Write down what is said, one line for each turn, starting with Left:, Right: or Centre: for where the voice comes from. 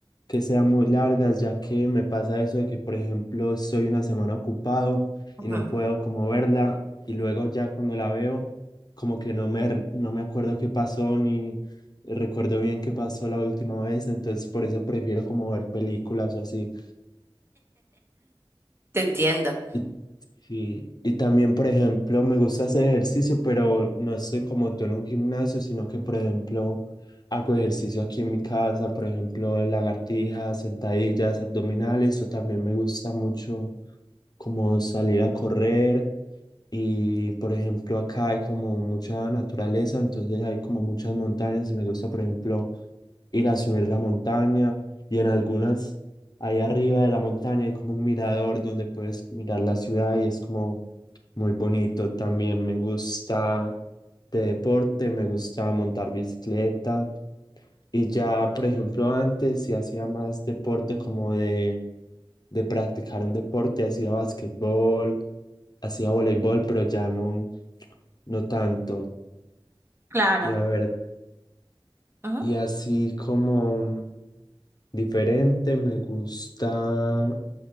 Left: que sean muy largas, ya que me pasa eso de que, por ejemplo, estoy una semana ocupado
Right: Ujú,
Left: y no puedo como verla y luego ya cuando la veo, como que no me, r- no me acuerdo qué pasó ni recuerdo bien qué pasó la última vez, entonces por eso prefiero como ver películas o así.
Right: Te entiendo.
Left: ¿Y Sí, y también, por ejemplo, me gusta hacer ejercicio, pero no estoy como tú en un gimnasio, sino que, por ejemplo, hago ejercicio aquí en mi casa, por ejemplo, lagartijas, sentadillas, abdominales, o también me gusta mucho como salir a correr y por ejemplo, acá hay como mucha naturaleza, entonces hay como muchas montañas y me gusta, por ejemplo, ir a subir la montaña y en algunas, ahí arriba de la montaña hay como un mirador donde puedes mirar la ciudad y es como muy bonito. También me gusta de deporte, me gusta montar bicicleta y ya, por ejemplo, antes sí hacía más deporte como de, de practicar un deporte, hacía básquetbol, hacía voleibol, pero ya no, no tanto.
Right: Claro.
Left: Y a ver.
Right: Ujú,
Left: Y así como diferente, me gusta,